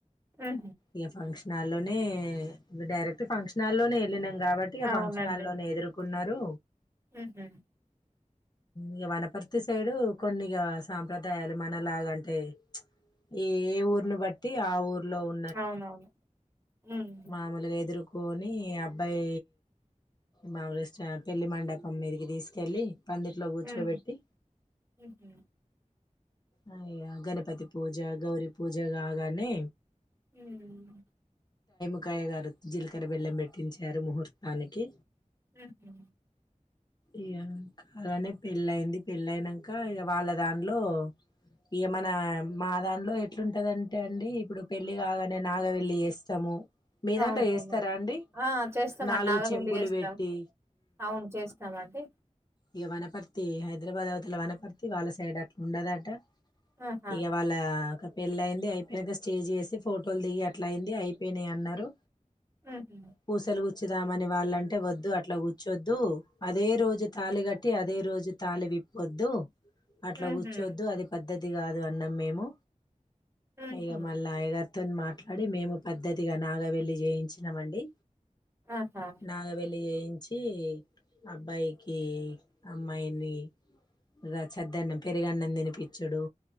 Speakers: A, on the right (about 20°); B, on the left (about 30°).
A: ఆహ
B: ఇక ఫంక్షన్ హాల్లోనే డైరెక్ట్ ఫంక్షన్ హాల్లోనే వెళ్ళిన కాబట్టి ఇగ
A: అవునండి
B: ఫంక్షన్ హాల్లోనే ఎదురుకున్నరు
A: ఉహు
B: ఇగ వనపర్తి సైడు కొన్ని ఇగ సాంప్రదాయాలు మన లాగంటే ఈ ఏ ఊర్లు బట్టి ఆ ఊర్లో ఉ
A: అవునవును హ్మ్
B: మామూలుగా ఎదురుకో కొని అబ్బాయి మామూలుగా పెళ్లి మండపం మీదకి తీసుకెళ్ళి పందిట్లో కూర్చోబెట్టి
A: హ్మ్ ఉహు
B: ఆ ఇగ గణపతి పూజ గౌరి పూజ కాగానే
A: ఉమ్
B: <unintelligible> జీలకర బెల్లం పెట్టి ఉంచారు ముహూర్తానికి
A: ఉహు
B: ఇగ కాగానే పెళ్ళయింది పెళ్ళయినంక ఇక వాళ్ళ దాంట్లో ఇగ మన మా దాంట్లో ఎట్లుంటదంటే అండి ఇప్పుడు పెళ్లి కాగానే నాగవెళ్లి చేస్తము మీదాంట్లో
A: అవునవును
B: చేస్తరా అండి
A: ఆ చేస్తామండి
B: నాలుగు
A: నాగబెల్లి
B: చెంబులు
A: చేస్తాం
B: పెట్టి
A: అవును చేస్తామండి
B: ఇక వనపర్తి హైదరాబాద్ అవతల వనపర్తి వాళ్ళ సైడ్ అట్ల ఉండదట
A: ఆహా
B: ఇక వాళ్ళ పెళ్ళి అయింది అయిపోయినాక స్టేజ్ చేసి ఫోటోలు దిగి అట్లా అయింది అయిపోయినాయి అన్నారు
A: ఉహు
B: పూసలుగు కూర్చుదామని వాళ్ళంటే వద్దు అట్లా కూర్చొద్దు అదే రోజు తాలిగట్టి అదే రోజు తాలి విప్పొద్దు అట్లా
A: ఉహు
B: కూర్చోవద్దు అది పద్దతి ఇది కాదు అన్నాం మేము
A: ఉహు
B: ఇగ మల్ల అయ్యగారితో అధి మేము పద్ధతిగా నాగ వెళ్లి చేయించినాం అండి
A: ఆహా
B: నాగ వెల్లి చి అబ్బాయ్కి కి అమ్మాయిని ఈ రాచెద్దన్నం పెరుగన్నం తినిపచ్చుడు